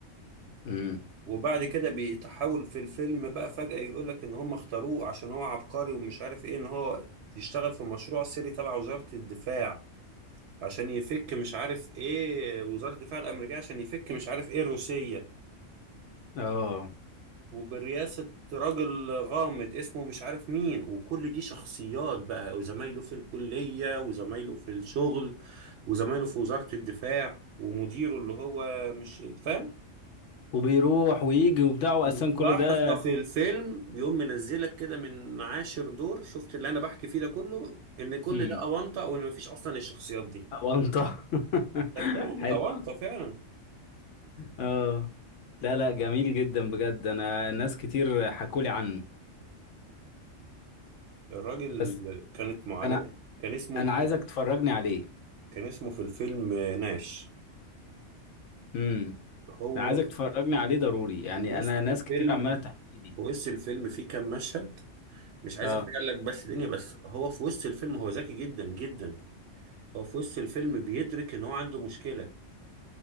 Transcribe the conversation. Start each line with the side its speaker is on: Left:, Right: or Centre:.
Left: امم
Right: وبعد كده بيتحول في الفيلم بقى فجأة يقولك ان هم اختاروه عشان هو عبقري ومش عارف ايه ان هو يشتغل في مشروع سري تبع وزارة الدفاع عشان يفك مش عارف ايه وزارة الدفاع الأمريكية عشان يفك مش عارف ايه الروسية
Left: اه
Right: وبرئاسة راجل غامض اسمه مش عارف مين وكل دي شخصيات بقى وزمايله في الكلية وزمايله في الشغل وزمايله في وزارة الدفاع ومديره اللي هو مش فاهم
Left: وبيروح ويجي وبتاع واساسا
Right: وفي
Left: كل
Right: لحظة
Left: ده
Right: في الفيلم بيقوم منزلك كده من عاشر دور شفت اللي انا بحكي فيه ده كله ان كل
Left: امم
Right: ده اونطه وان مفيش اصلا الشخصيات دي
Left: اونطه <laughs>
Right: صدقني
Left: حلو
Right: اونطه فعلا
Left: اه لا لا جميل جدا بجد انا ناس كتير حكولي عنه
Right: الراجل
Left: بس
Right: كانت معاناة
Left: انا
Right: كان اسمه
Left: انا عايزك تفرجني عليه
Right: كان اسمه في الفيلم ناش
Left: امم
Right: هو
Left: انا عايزك
Right: في
Left: تفرجني عليه ضروري يعني
Right: وسط
Left: انا ناس
Right: الفيلم
Left: كتير عماله تحكي لي
Right: في وسط الفيلم في كام مشهد مش عايز
Left: اه
Right: احرق لك بس دنيا بس هو في وسط الفيلم هو ذكي جدا جدا هو في وسط الفيلم بيدرك ان هو عنده مشكلة